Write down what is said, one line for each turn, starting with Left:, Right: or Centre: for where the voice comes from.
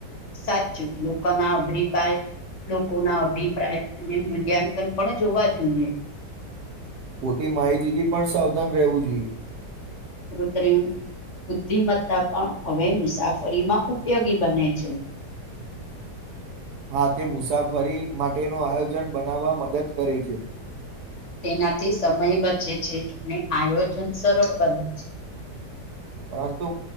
Left: સાચ લોકો ના અભિપાય લોકો ના અભિપ્રાય અને મૂલ્યાંકન પણ જોવા જોઈએ
Right: ખોટી માહિતીથી પણ સાવધાન રહેવું જોઈએ
Left: ક ત્રીમ બુદ્ધિમત્તા પણ હવે મુસાફરીમાં ઉપયોગી બને છે
Right: હા તે મુસાફરી માટેનું આયોજન બનાવવા મદદ કરે છે
Left: તેનાથી સમય બચે છે અને આયોજન સરળ બને છે
Right: પરંતુ